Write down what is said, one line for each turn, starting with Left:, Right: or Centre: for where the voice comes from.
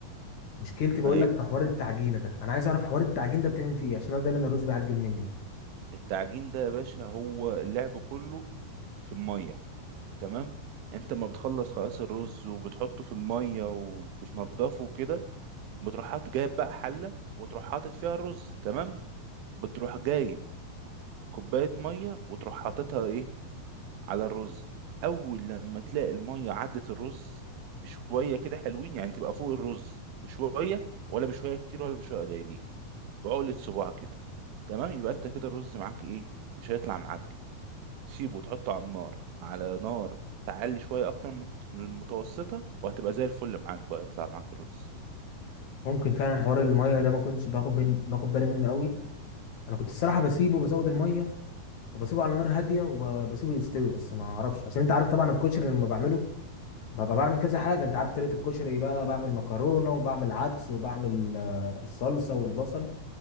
Left: مشكلتي بقول
Right: ايوه
Left: لك في حوار التعجينه ده انا عايز اعرف حوار التعجين ده بتعمل فيه ايه عشان انا دايما الرز بيعجن مني
Right: التعجين ده يا باشا هو اللعب كله في الميه تمام انت ما بتخلص خلاص الرز وبتحطه في الميه وبتنضفه كده بتروح حاطط جايب بقى حله وتروح حاطط فيها الرز تمام بتروح جايب كوبايه ميه وتروح حاططها ايه على الرز اول لما تلاقي الميه عدت الرز بشويه كده حلوين يعني تبقى فوق الرز بشويه ولا بشويه كتير ولا بشويه قليلين بعقله صباع كده تمام يبقى انت كده الرز معاك ايه مش هيطلع معجن سيبه وتحطه على النار على نار تعلي شويه اكتر من من المتوسطه وهتبقى زي الفل معاك بقى يطلع معاك الرز
Left: ممكن فعلا حوار الميه ده ما كنتش باخد بين- باخد بالي منه قوي انا كنت الصراحه بسيبه بزود الميه وبسيبه على نار هاديه وبسيبه يستوي بس ما اعرفش عشان انت عارف طبعا الكشري لما بعمله ببقى بعمل كذا حاجة انت عارف طريقة الكشري بقى بعمل مكرونة وبعمل عدس وبعمل آه، الصلصة والبصل